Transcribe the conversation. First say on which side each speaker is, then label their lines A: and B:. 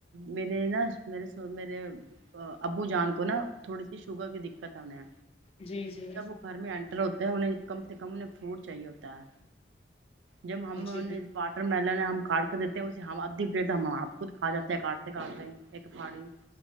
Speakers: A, on the right; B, on the left.
A: میرے نا مے میرے ابو جان کو نا تھوڑی سی شوگر کی دقت ہے انہیں
B: جی جی
A: جب وہ گھر میں انینٹر ہوتے ہیں انہیں کم سے کم انہیں فروٹ چاہیے ہوتا ہے جب ہم
B: جی
A: واٹر ملن ہم کاٹ کے دیتے ہیں اس ہم ادھی پلیٹ ہم آپ خود کھا جاتے ہیں کاٹتے کاٹتے ایک پاڑی